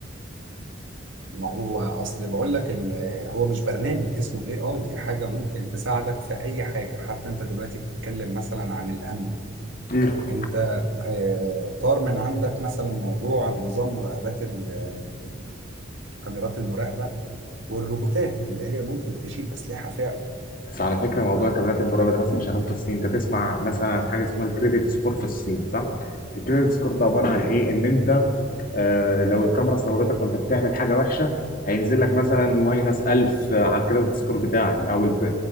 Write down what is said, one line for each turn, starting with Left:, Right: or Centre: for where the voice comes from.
Right: ما هو اصل بقول لك ال- هو مش برنامج اسمه الاي اي دي حاجه ممكن تساعدك في اي حاجه حتى انت دلوقتي بتتكلم مثلا عن الامن
Left: مم.
Right: انت آه، طار من عندك مثلا موضوع نظام مراقبات ال- ال- الكاميرات المراقبه والروبوتات اللي هي ممكن تشيل اسلحه فعلا
Left: بس على فكره موضوع كاميرات المراقبه ده مثلا شغال في الصين انت تسمع مثلا عن حاجه اسمها الكريدت سكور في الصين صح الكريدت سكور ده عباره عن ايه ان انت آه، لو الكاميرا صورتك وانت بتعمل حاجه وحشه هينزل لك مثلا ماينس 1000 على الكريدت سكور بتاعك او الب-